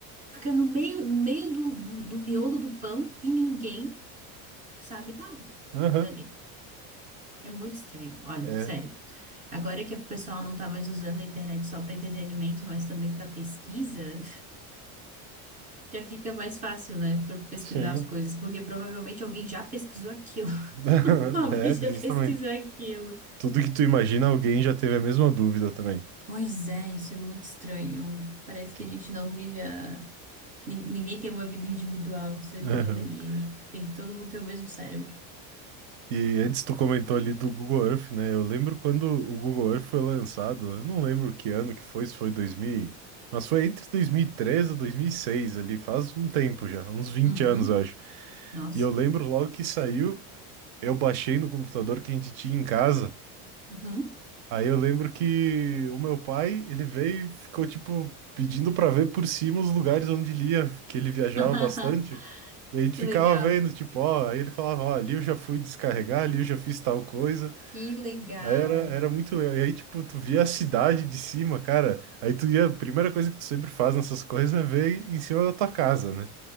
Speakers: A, on the right; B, on the right.
A: Fica no meio, no meio do, do, do miolo do pão e ninguém sabe nada
B: Aham,
A: dali. É muito estranho. Olha,
B: é,
A: sério. Agora que o pessoal não tá mais usando a internet só para entretenimento, mas também para pesquisa, já fica mais fácil, né, para pesquisar
B: sim.
A: as coisas, porque provavelmente alguém já pesquisou aquilo. <laughs>
B: <laughs>
A: Alguém
B: É,
A: já
B: justamente.
A: pesquisou aquilo.
B: Tudo que tu imagina, alguém já teve a mesma dúvida também.
A: Pois é, isso é muito estranho. Parece
B: Que-
A: que a gente não vive a... nin- Ninguém tem uma vida individual, o ser
B: É.
A: humano ali. Tem, todo mundo tem o mesmo cérebro.
B: E antes tu comentou ali do Google Earth, né? Eu lembro quando o Google Earth foi lançado, eu não lembro que ano que foi, se foi 2000, mas foi entre 2013 e 2006 ali, faz um tempo já, uns vinte
A: Uhum.
B: anos, eu acho.
A: Nossa.
B: E eu lembro logo que saiu, eu baixei no computador que a gente tinha em casa
A: Uhum.
B: Aí eu lembro que o meu pai, ele veio e ficou, tipo, pedindo pra ver por cima os lugares onde ele ia, que ele viajava
A: <laughs>
B: bastante. E a gente
A: Que
B: ficava
A: legal.
B: vendo, tipo, ó, aí ele falava, ó, ali eu já fui descarregar, ali eu já fiz tal coisa.
A: Que legal.
B: Aí era, era muito legal. E aí, tipo, tu via a cidade de cima, cara. Aí tu ia, a primeira coisa que tu sempre faz nessas coisas é ver em cima da tua casa, né?